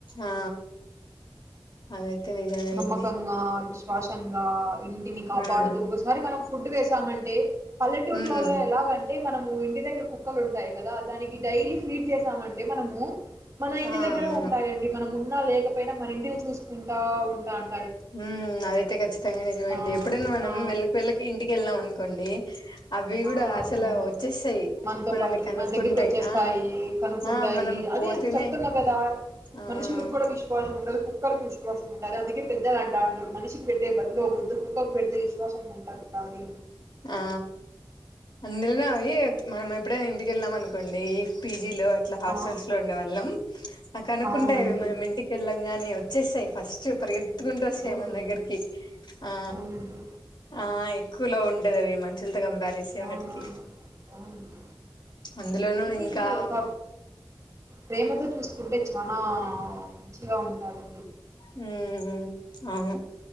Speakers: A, on the left; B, on the right.
A: ఆ అదైతే నిజమేనండి
B: నమ్మకంగా విష్ శ్వాసంగా ఇంటిని కాపాడుతూ
A: ఉమ్
B: ఒకసారి మనం ఫుడ్ వేసామంటే పల్లెటూర్లులులో
A: ఉమ్
B: ఎలాగంటే మనం ను్ ఇంటి దగ్గర కుక్కలు ఉంటాయి కదా దానికి డైలీ ఫీడ్ మనము మన ఇంటి
A: ఆ
B: దగ్గర
A: అవును
B: ఉంటాయండి మనం ఉన్నా లేకపోయినా మన ఇంటిని చూసుకు టా ఉంటాన్
A: హ్మ్ అదైతే ఖచ్చితంగా నిజమే
B: ఆ!
A: అండి ఎప్పుడైనా మనం
B: ఆ!
A: వెళ్ళక వెళ్ళక ఇంటికి ఎల్నాం అనుకోండి అవి
B: ఆ
A: కూడా అసలు
B: అవును
A: వచ్చేస్తాయి
B: మనతో
A: మనల్ని
B: పాటు
A: కనుక్కుంటాయి
B: మన దగ్గరికి వచ్చేస్తాయి
A: ఆ
B: కనుక్కుంటాయి
A: ఆ మనం పోతేనే
B: అదే చెప్తున్నా కదా
A: ఆ
B: మనుషులకు కూడా విశ్వాసం ఉండదు కుక్కలకు విశ్వాసం ఉంటాది అందుకే ద్దలు అంటాంట్రు మనిషికి పెట్టే బదులు ఓ ముద్ద కుక్కకు పెడితే విశ్వాసంగా ఉంటా ఆది
A: ఆ అందులోనే అవి మనం ఎప్పుడైనా ఇంటికెల్నాం అను కొండే పి జీలో అట్ల హాస్టల్స్
B: ఆ,
A: లో ఉండేవాళ్ళం కనుక్కుంటాయ్
B: అవునండి
A: అవి మనం ఇంటికి ఎళ్ళంగానే వచ్చేసెయ్ ఫస్ చు పరిగెత్తుకుంటు
B: అవునండి
A: వస్తాయి
B: అవును
A: మన దగ్గరికి ఆ
B: అవునండి
A: ఆ ఎక్కువలో ఉ వి మనుషుల అంత కంపేర్ చేస్తే
B: ఆ,
A: వాటికి
B: అవునండి
A: అందులోనూ
B: అంటే
A: ఇంకా
B: ఒక ప్రేమతో చూసుకుంటే చాలా మంచిగా ఉంటారం
A: హ్మ్ అవును